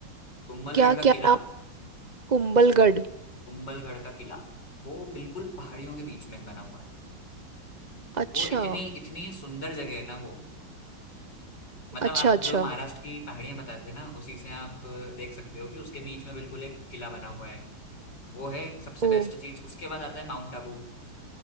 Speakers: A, on the left; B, on the right.
A: कुंभलगढ़
B: क्या
A: का
B: क्या
A: किला
B: नाम कुंभलगढ़
A: कुंभलगढ़ का किला वो बिल्कुल पहाड़ियों के बीच में बना हुआ है
B: अच्छा
A: वो इतनी इतनी सुंदर जगह है ना वो मतलब
B: अच्छा
A: आप
B: अच्छा
A: जो महाराष्ट्र की पहाड़ियां बताते थे ना उसी से आप अ, देख सकते हो कि उसके बीच में बिल्कुल एक किला बना हुआ है वो है सबसे बेस्ट
B: ओ
A: चीज उसके बाद आता है माउंट आबू